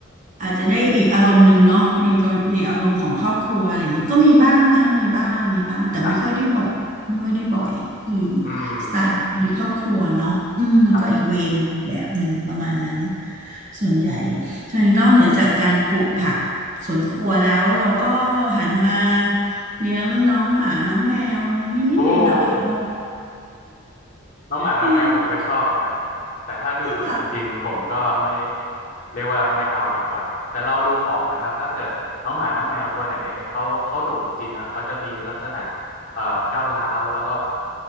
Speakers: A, on the right; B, on the left.
A: อาจจะได้อีกอารมณ์หนึ่งเนาะในกรในอารมณ์ของครอบครัวอะไรอย่างเงี้ยก็มีบ้างนะคะมีบ้างมีบ้างแต่ไม่ค่อยได้บ่อยไม่ค่อยได้บ่อยคือ
B: ครับอืม
A: สไตล์ของครอบครัวเนาะอืมมันก็อีกเวย์หนึ่งแบบหนึ่งประมาณนั้น
B: ครับ
A: ส่วนใหญ่ ใช่นอกเหนือจากการปลูกผักสวนครัวแล้วเราก็หันมาเลี้ยงน้องหมาน้องแมวนิดๆหน่อยๆเพราะ
B: โอ้ น้องหมาน้องแมวผมก็ชอบนะครับ
A: <laughs> อ
B: แต่ถ้าดุดุจริงๆผมก็ไม่
A: จริงเหรอ
B: เรียกว่าไม่เอาดีกว่าแต่เราดูออกนะครับถ้าเกิดน้องหมาน้องแมวตัวไหนเขาเขาดุจริงๆอะเขาจะมีลักษณะเอ่อก้าวร้าวแล้วก็